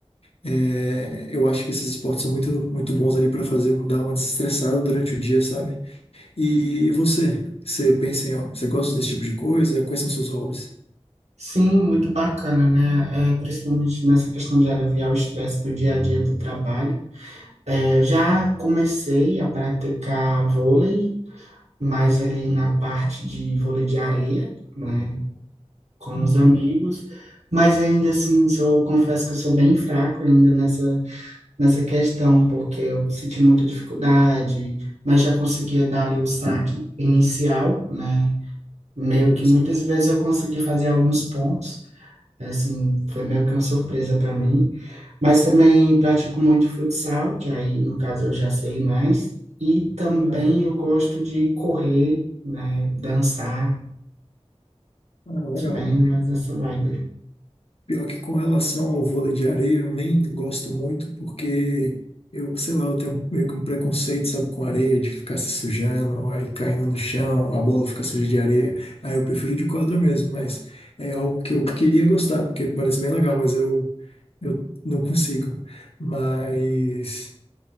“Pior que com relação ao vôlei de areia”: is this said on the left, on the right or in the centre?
Left